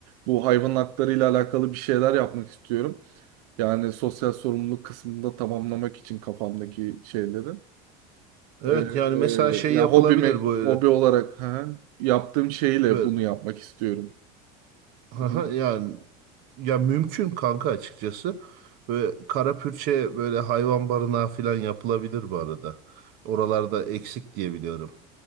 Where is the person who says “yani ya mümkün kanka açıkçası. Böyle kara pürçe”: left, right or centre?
Right